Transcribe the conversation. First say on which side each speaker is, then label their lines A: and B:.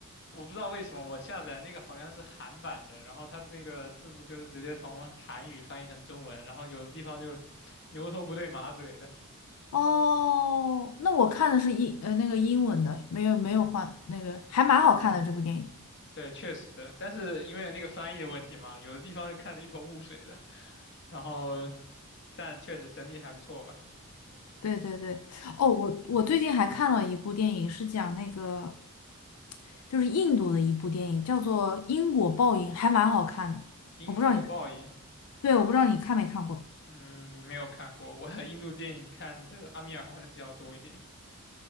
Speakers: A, on the left; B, on the left.
A: 我不知道为什么我下载那个好像是韩版的，然后它那个字幕就是直接从韩语翻译成中文，然后有的地方就是牛头不对马嘴的。
B: 哦，那我看的是英呃那个英文的，没有没有换那个，还蛮好看的这部电影。
A: 对，确实，但是因为那个翻译的问题嘛，有的地方就看得一头雾水的。然后，但确实整体还不错吧。
B: 对对对，哦，我我最近还看了一部电影，是讲那个就是印度的一部电影，叫做《因果报应》，还蛮好看的。
A: 因果报应，
B: 我不知道你，对，我不知道你看没看过。
A: 嗯，没有看过，我 <laughs> 印度电影看的阿米尔汗的比较多一点